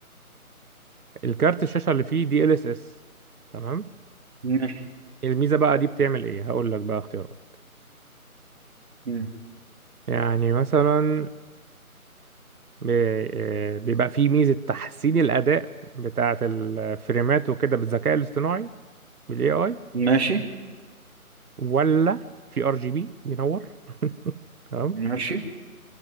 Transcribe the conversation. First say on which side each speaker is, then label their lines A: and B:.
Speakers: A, on the right; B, on the right.
A: الكارت الشاشة اللي فيه دي ال اس اس تمام
B: ماشي
A: الميزة بقى دي بتعمل إيه هقول لك بقى اختيارات
B: مم.
A: يعني مثلا ب- آه، بيبقى فيه ميزة تحسين الأداء بتاعة الفريمات وكده بالذكاء الاصطناعي بالاي اي
B: ماشي
A: ولا في ار جي بي بينور <laughs> تمام
B: ماشي